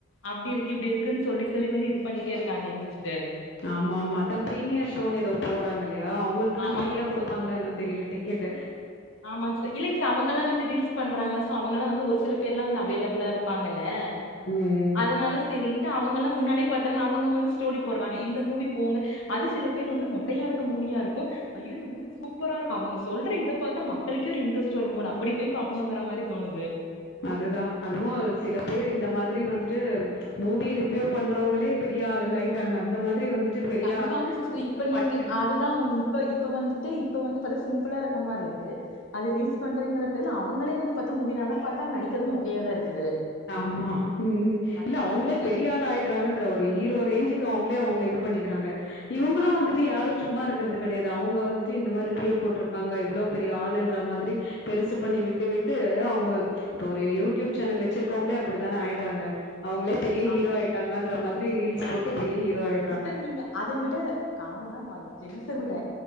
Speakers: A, on the left; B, on the left.
A: அப்டி இருக்கு இப்டி இருக்குன்னு சொல்லி சொல்லி வந்து இது பண்ணிட்டே இருக்காங்க சிஸ்டர்
B: ஆமா ஆமா அதான் பிரிமியர் ஷோன்னு ஏதோ போடுறாங்கள இல்ல அவங்களுக்குல்லாம்
A: ஆமாங்க
B: ஃப்ரியா
A: சிஸ்டர்
B: குடுப்பாங்களான்னும் தெரில டிக்கெட்
A: ஆமாங்க சர் இல்லலைங்க சார் அவங்க எல்லாம் வந்து ரீல்ஸ் பண்றாங்களா சோ அவங்கல்லாம் வந்து ஒரு சில பேர்ல வந்து அவேலபிளா இருக்கு பாங்கலே
B: ம்
A: அதனால சரின்னு அவங்கல்லாம் முன்னாடி பாத்திராங்க அவுங்க வந்து ஸ்டோரி போடுறாங்க இந்த மூவி போங்க அது சில பேர் வந்து மொக்கையா இருக்கு ஐயோ இந்த மூவி சூப்பரா சொல்ற பார்த்த மக்களுக்குக்க ஒரு இன்டரஸ்ட் வரும் போல அப்படி போய் பாக்கனுன்ற மாறி தோணுது
B: அதுதான் அதுவும் சில பேர் இந்த மாதிரி வந்துட்டு மூவி ரிவ்யூ பண்றவங்களே பெரிய ஆளுங்க ஆயிட்டாங்க அந்த மாதிரி வந்துட்டு பெரிய
A: கன்பார்ம் சிஸ்டர் இப்ப
B: ஆள்
A: நீங்க அதுதான் ஒண்ணு இப்ப இப்ப வந்துட்டு இப்ப வந்து பார்த்தா சிம்பிளா இருக்க மாதிரி இருக்கு அது ரீல்ஸ் பண்றங்கற பேர்ல அவங்களே வந்து பார்த்தா மூவிலனா பார்த்தா நடிக்கிறது மொக்கையா தான் இருக்குது
B: ஆமா உம்
A: அதுதாங்க
B: இல்ல அவங்களே
A: சிஸ்டர்
B: பெரிய ஆள் ஆயடுறாங்கன்ற ஒரு ஈரோ ரேஞ்சுக்கு அவங்க அவங்களை அவுங்கள இது பண்ணிக்கிறாங்க இவங்களும்
A: ஆமாங்க
B: வந்துட்டு
A: சிஸ்டர்
B: யாரும் சும்மா இருக்கிறது கிடையாது அவங்க வந்துட்டு இந்த மாதிரி ரிவ்யூ போட்டிருக்காங்க எவ்ளோ பெரிய ஆளு மாதிரி பெரிசு பண்ணி விட்டு விட்டு அவங்க இப்ப ஒரு யூடியூப் சேனல் வச்சிருக்க இருக்கங்களே அப்படித்தானே ஆயிடுறாங்க அவங்களே பெரிய ஹீரோ
A: ஆமா
B: ஆயிட்டாங்கன்ற மாதிரி ரீல்ஸ் போட்டு பெரிய ஹீரோ ஆயிடுறாங்க.
A: சிஸ்டர் நீங்க அதை விட காமனா பை ஜென்ஸ் விட